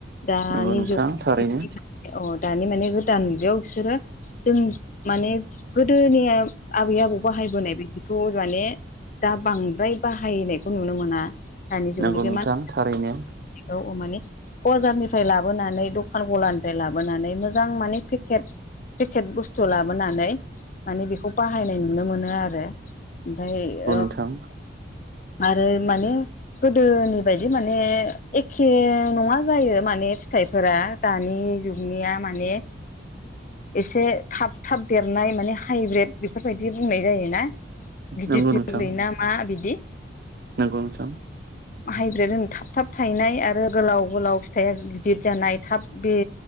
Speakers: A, on the left (about 45°); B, on the right (about 55°).
A: दानि
B: नंगौ नोंथां
A: जुग
B: थारैनो
A: अ दानि माने गोदान मुगायाव बिसोरो जों माने गोदोनिया आबै आबौ बाहायबोनाय बिदिखौ माने दा बांद्राय बाहायनायखौ नुनो मोना। दानि जुगनि
B: नंगौ
A: बे
B: नोंथां
A: मानाद
B: थारैनो
A: <inaudible> माने बजारनिफ्राय लाबोनानै दखान गलानिफ्राय लाबोनानै मोजां माने पेकेट पेकेट बुस्थु लाबोनानै मानि बेखौ बाहायनाय नु नुनो मोनो आरो ओमफ्राय ओ
B: <unintelligible>
A: आरो माने गोदोनि बायदि माने एखे नङा जायो माने फिथाइफोरा दानि जुगनिया माने
B: <inaudible>
A: एसे थाब थाब देरनाय माने हाइब्रिद बेफोरबायदि बुंनाय जायोना गिदिर
B: नंगौ
A: जोलैना
B: नोंथां
A: मा बिदि
B: नंगौ नोंथां
A: हाइब्रिद होनो थाब थाब थायनाय आरो गोलाव गोलाव फिथाइया गिदिर जानाय थाब बे